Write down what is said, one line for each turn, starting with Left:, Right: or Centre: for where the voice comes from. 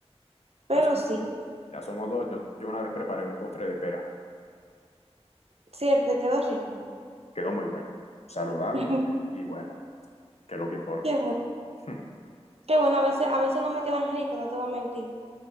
Right: Pero
Left: Ya somos,
Right: sí,
Left: ya somos dos, yo, yo una vez preparé un postre de pera.
Right: sí, te quedó rico.
Left: quedó muy bueno, saludable
Right: <laughs>
Left: y bueno, que es lo que importa.
Right: Qué bueno,
Left: <laughs>
Right: qué bueno, a veces, a veces no me quedan ricos, no te voy a mentir,